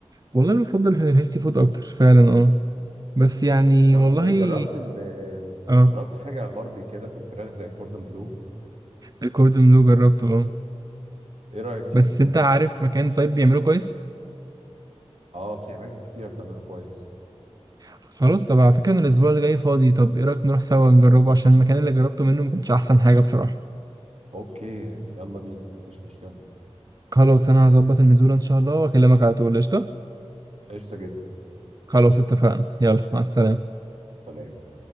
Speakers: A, on the right; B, on the right.
A: والله أنا بفضل في الهيلثي فود أكتر فعلا أه بس يعني
B: طب
A: والله
B: جربت ال
A: أه
B: جربت حاجة غربي كده في الفراخ زي كوردون بلو
A: الكوردون بلو جربته أه
B: ايه رأيك فيه
A: بس أنت عارف مكان طيب بيعمله كويس
B: اه في اماكن كتيرة بتعمله كويس
A: خلاص طب على فكرة أنا الأسبوع اللي جاي فاضي طب إيه رأيك نروح سوا نجربه عشان المكان اللي جربته منه ما كانش أحسن حاجة بصراحة
B: اوكي يلا بينا مفيش مشكلة
A: خلاص أنا هظبط النزول إن شاء الله وأكلمك على طول قشطة
B: قشطة جدا
A: خلاص اتفقنا يلا مع السلامة
B: سلام